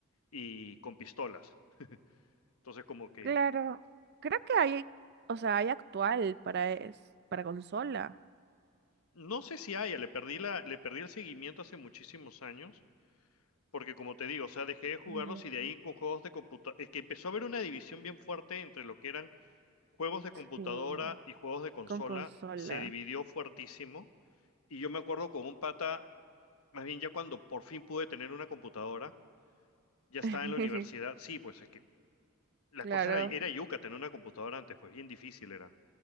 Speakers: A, on the left; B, on the right.
A: y con pistolas. Entonces como que
B: Claro, creo que hay, o sea, hay actual para es, para consola.
A: no sé si haya, le perdí la, le perdí el seguimiento hace muchísimos años, porque como te digo, o sea, dejé de jugarlos
B: Ujú.
A: y de ahí con juegos de computadora, es que empezó a haber una división bien fuerte entre lo que eran Juegos de computadora
B: Sí,
A: y juegos de consola
B: con consola.
A: se dividió fuertísimo. Y yo me acuerdo con un pata, más bien ya cuando por fin pude tener una computadora, ya estaba
B: <laughs>
A: en la universidad. Sí, pues es que la
B: Claro.
A: cosa era, era yuca tener una computadora antes, pues bien difícil era.